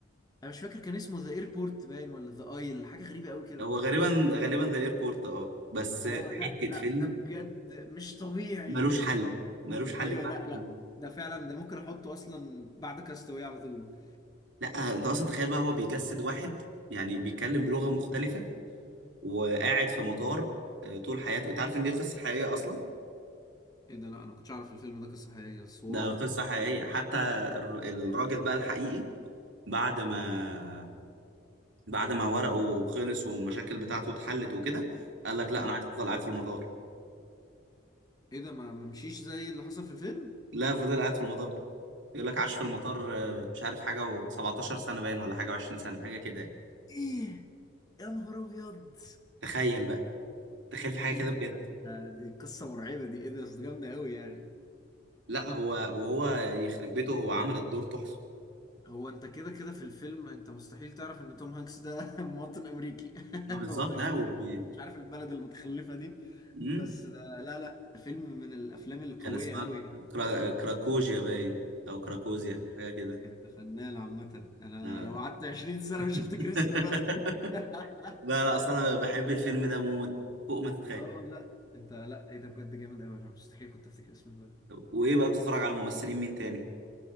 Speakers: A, on the left (about 20°); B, on the right (about 75°).
A: انا مش فاكر كان اسمه ذا ايربورت باين ولا ذا ايل حاجه غريبه قوي كده
B: هو غالبا غالبا ذا ايربورت اه بس
A: اه
B: حته
A: لا لا
B: فيلم
A: ده بجد مش طبيعي
B: ملوش حل ملوش حل
A: ايوه
B: بمعنى
A: لا لا ده فعلا ده ممكن احطه اصلا بعد كاستاوي على طول
B: لا انت اصلا تخيل بقى هو بيجسد واحد يعني بيتكلم بلغه مختلفه وقاعد في مطار آه، طول حياته انت عارف ان دي قصه حقيقيه اصلا
A: ايه ده لا انا ما كنتش اعرف الفيلم ده قصه حقيقيه بس واو
B: ده قصه حقيقيه حتى الر- الراجل بقى الحقيقي بعد ما بعد ما ورقه خلص والمشاكل بتاعته اتحلت وكده قال لك لا
A: اه
B: انا عايز افضل قاعد في المطار
A: ايه ده ما ما مشيش زي اللي حصل في الفيلم
B: لا فضل قاعد في المطار يقول لك عاش في المطار
A: ايه ده؟
B: آه، مش عارف حاجه و17 سنه باين ولا حاجه و20 سنه حاجه كده يعني.
A: إيه؟ يا نهار ابيض
B: تخيل بقى تخيل في حاجه
A: ايه
B: كده
A: ده
B: بجد
A: لا آه، دي قصه مرعبه دي ايه ده بس جامده قوي يعني
B: لا هو وهو يخرب بيته هو عمل الدور تحفه
A: هو انت كده كده في الفيلم انت مستحيل تعرف ان توم هانكس ده <laughs> مواطن امريكي <laughs>
B: ما بالظبط
A: هو ده
B: لا
A: كده
B: وب...
A: كده من- مش عارف البلد المتخلفه دي
B: مم.
A: بس ده لا لا فيلم من الافلام القويه
B: كان اسمها
A: قوي يعني
B: كرا... كراكوجيا باين او كراكوزيا حاجه كده
A: انت فنان عامه انا
B: آه.
A: لو قعدت 20 سنه مش هفتكر
B: <laughs>
A: اسم البلد دي <laughs>
B: لا لا اصل انا بحب الفيلم ده موت فوق ما تتخيل
A: اه لا انت لا ايه ده بجد جامد قوي انا مستحيل كنت افتكر اسم البلد
B: وايه بقى بتتفرج على ممثلين مين تاني